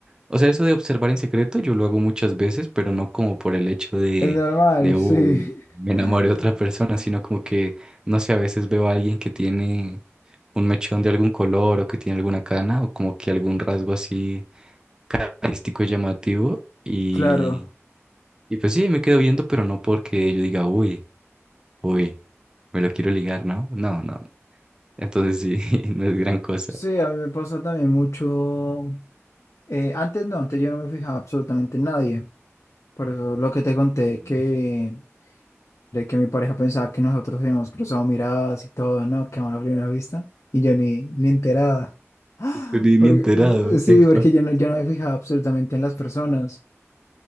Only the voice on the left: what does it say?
Es normal,
sí.
<laughs>
Claro.
Sí, a mí me pasa también mucho. eh, antes no, antes yo no me fijaba absolutamente en nadie. Por eso lo que te conté,
que de que mi pareja pensaba que nosotros habíamos cruzado miradas y todo, ¿no? Que a una primera vista. Y yo ni, ni enterada. ¡Ah!
Porque,
eh, sí,
porque
yo no, yo no me fijaba absolutamente en las personas.